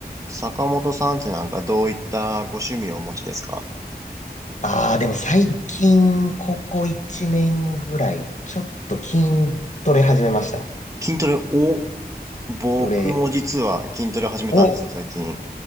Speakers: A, on the right (about 20°); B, on the left (about 45°).
A: 坂本さんってなんかどういったご趣味をお持ちですか
B: ああ、でも最近、ここ1年ぐらい、ちょっと筋トレ始めました。
A: 筋トレを、僕も実は筋トレを始めたんですよ、
B: 筋トレ。お、
A: 最近。